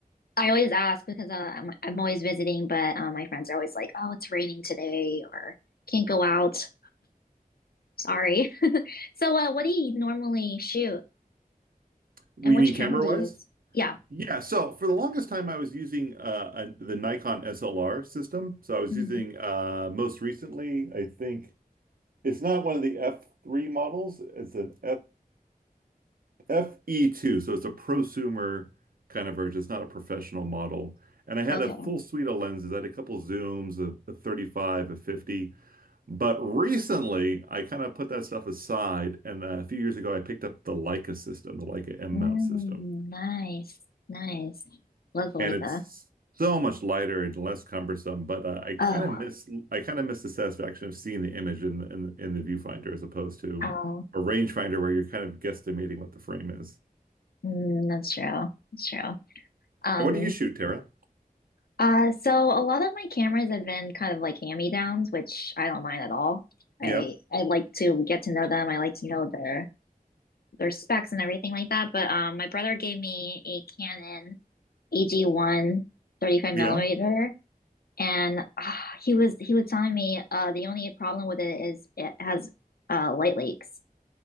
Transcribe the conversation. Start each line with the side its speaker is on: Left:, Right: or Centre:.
Left: I always ask because uh, I'm I'm always visiting, but uh, my friends are always like, "Oh, it's raining today," or "Can't go out." Sorry. <laughs> So, uh, what do you normally shoot,
Right: What
Left: and
Right: do you
Left: which
Right: mean
Left: camera
Right: camera
Left: do
Right: wise?
Left: you use? Yeah.
Right: Yeah, so for the longest time, I was using uh, a, the Nikon SLR system. So I was
Left: Mhm.
Right: using uh, most recently, I think it's not one of the F3 models, it's an FE2, so it's a prosumer kind of version. It's not a professional model. And I had
Left: Okay.
Right: a full suite of lenses. I had a couple zooms, a, a 35, a 50. But recently, I kind of put that stuff aside. And uh, a few years ago, I picked up the Leica system, the Leica M
Left: Mm,
Right: mount system.
Left: nice, nice. Looks like
Right: And it's
Left: a.
Right: so much lighter and less cumbersome. But uh, I kind
Left: Oh,
Right: of miss I kind of miss the satisfaction of seeing the image in the, in the, in the viewfinder as opposed to
Left: wow.
Right: a rangefinder where you're kind of guesstimating what the frame is.
Left: Mm, that's true. That's true. Um,
Right: And what do you shoot, Tara?
Left: uh, so a lot of my cameras have been kind of like hand-me-downs, which I don't mind at all.
Right: Yeah.
Left: I I like to get to know them. I like to know their their specs and everything like that. But um, my brother gave me a Canon ag One thirty five
Right: Yeah.
Left: millimeter, and ah, he was he was telling me uh the only problem with it is it has uh light leaks.